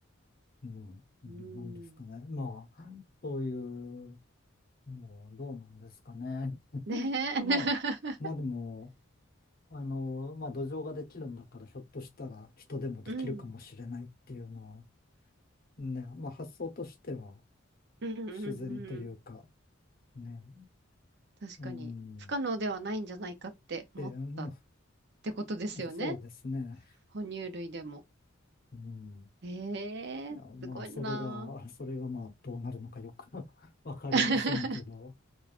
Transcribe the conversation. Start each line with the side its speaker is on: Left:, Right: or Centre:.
Left: うん、うんなんですかね。
Right: ーん。
Left: まあ、そういうの、どうなんですかね。<laughs>
Right: ねえ。
Left: まあ、
Right: <laughs>
Left: まあでも、あの、まあ、土壌ができるんだから、ひょっとしたら人でもできるかもしれないっていうのは、
Right: うん。
Left: ね、まあ、発想としては
Right: うんうんうんうん。
Left: 自然というか、ね、
Right: 確かに。
Left: うん、
Right: 不可能ではないんじゃないかって思ったっ
Left: で、も
Right: てことですよね。
Left: う、そうですね。
Right: 哺乳類でも。
Left: うん
Right: え
Left: いや、
Right: えすごいな
Left: まあ、それが、<laughs> それがまあ、どうなるのかよく <laughs> わかりませんけど、
Right: あ。<laughs>